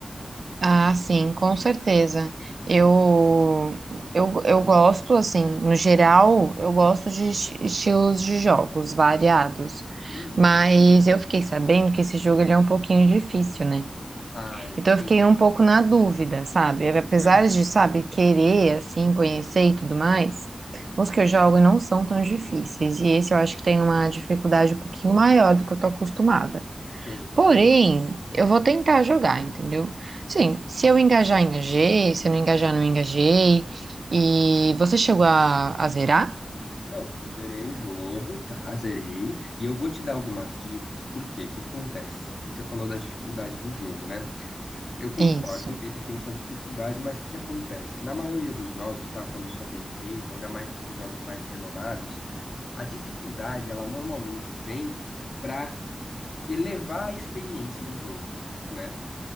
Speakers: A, on the right; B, on the left.
A: Ah, sim, com certeza. Eu, eu, eu gosto, assim, no geral, eu gosto de esti- estilos de jogos variados.
B: Uhum.
A: Mas eu fiquei sabendo que esse jogo ele é um pouquinho difícil, né?
B: Ah, ele
A: Então
B: tem
A: eu fiquei
B: sua dificuldade.
A: um pouco na dúvida, sabe? Apesar
B: Uhum.
A: de, sabe, querer, assim, conhecer e tudo mais, os que eu jogo não são tão difíceis. E esse eu acho que tem uma dificuldade um pouquinho maior do que eu tô acostumada.
B: Tem,
A: Porém,
B: tem mesmo.
A: eu vou tentar jogar, entendeu? Sim, se eu engajar, engajei. Se eu não engajar, não engajei. E você chegou a, a zerar?
B: Não, eu zerei o jogo, tá? Zerei. E eu vou te dar algumas dicas. Por quê? O que acontece? Você falou da dificuldade do jogo, né? Eu concordo,
A: Isso.
B: ele tem sua dificuldade, mas o que que acontece? Na maioria dos jogos, tá? Quando isso é bem feito, ainda mais esses jogos mais renomados, a dificuldade, ela normalmente vem para elevar a experiência do jogo. né?